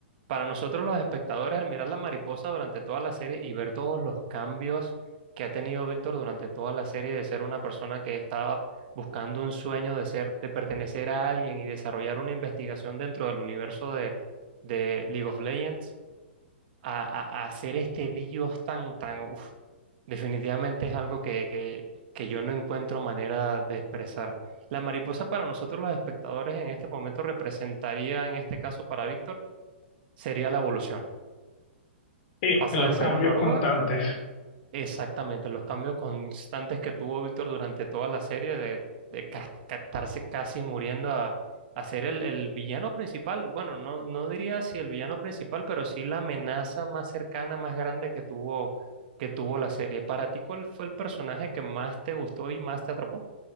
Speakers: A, on the right (about 55°); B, on the left (about 50°).
A: para nosotros los espectadores, al mirar la mariposa durante toda la serie y ver todos los cambios que ha tenido Víctor durante toda la serie de ser una persona que estaba buscando un sueño de ser, de pertenecer a alguien y desarrollar una investigación dentro del universo de, de League of Legends, a, a- a hacer este Dios tan, tan, uf, definitivamente es algo que, que, que yo no encuentro manera de expresar. La mariposa para nosotros los espectadores en este momento representaría, en este caso para Víctor, sería la evolución.
B: Sí,
A: Pasa
B: los
A: de ser
B: cambios
A: una oruga
B: constantes.
A: Exactamente, los cambios constantes que tuvo Víctor durante toda la serie de, de ca- ca- estarse casi muriendo a, a ser el, el villano principal. Bueno, no, no diría si el villano principal, pero sí la amenaza más cercana, más grande que tuvo, que tuvo la serie. ¿Para ti cuál fue el personaje que más te gustó y más te atrapó?